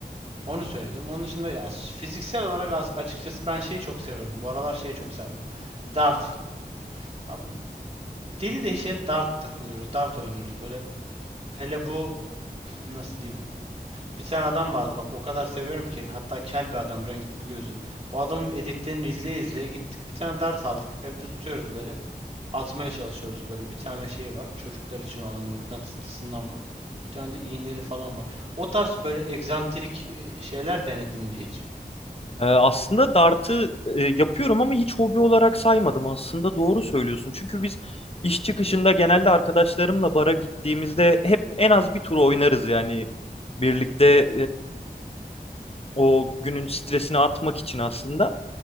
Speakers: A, on the right (about 40°); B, on the left (about 35°).
A: Onu söyledim. Onun dışında ya fiziksel olarak açıkçası ben şeyi çok seviyorum. Bu aralar şeyi çok sardım. Dart. Abi, deli dehşet dart takılıyoruz. Dart oynuyoruz. Böyle hele bu nasıl diyeyim? Bir tane adam vardı bak o kadar seviyorum ki. Hatta kel bir adam renkli bir gözü. O adamın editlerini izleye izleye gittik. Bir tane dart aldık. Evde tutuyoruz böyle. Atmaya çalışıyoruz böyle. Bir tane şey var. Çocuklar için olan mıknatıslısından var. Bir tane de iğneli falan var. O tarz böyle egzantrik e, şeyler denedin mi hiç?
B: Ee, aslında dartı e, yapıyorum ama hiç hobi olarak saymadım. Aslında doğru söylüyorsun. Çünkü biz iş çıkışında genelde arkadaşlarımla bara gittiğimizde hep en az bir tur oynarız yani. Birlikte o günün stresini atmak için aslında